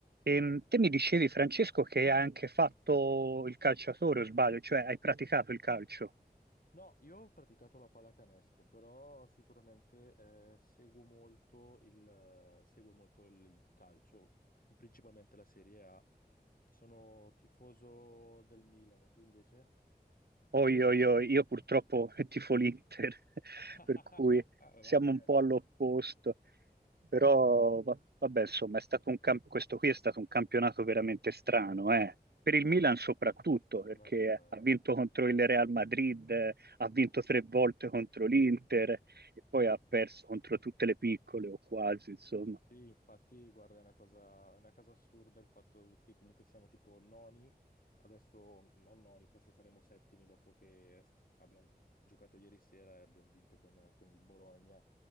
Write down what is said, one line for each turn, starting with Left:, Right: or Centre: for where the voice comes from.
Right: Ehm, te mi dicevi, Francesco, che hai anche fatto il calciatore, o sbaglio, cioè hai praticato il calcio.
Left: No, io ho praticato la pallacanestro, però sicuramente eh, seguo molto il, eh, seguo molto il calcio, principalmente la Serie A. Sono tifoso del Milan, e tu invece?
Right: Oi, oi, oi, io purtroppo <laughs> tifo l'Inter, <laughs>
Left: <laughs>
Right: per cui siamo
Left: Vabbè,
Right: un po' all'opposto.
Left: vabbè,
Right: Però, va- vabbè, insomma, è stato un camp- questo qui è stato un campionato veramente strano, eh. Per il Milan soprattutto, perché
Left: guarda.
Right: ha vinto contro il Real Madrid, eh, ha vinto tre volte contro l'Inter e poi ha perso contro tutte le piccole o quasi, insomma.
Left: Sì, infatti, guarda, è una cosa, è una cosa assurda il fatto che comunque siamo tipo noni, adesso non noni, forse saremo settimi dopo che è- abbiamo giocato ieri sera e abbiamo vinto con, con il Bologna,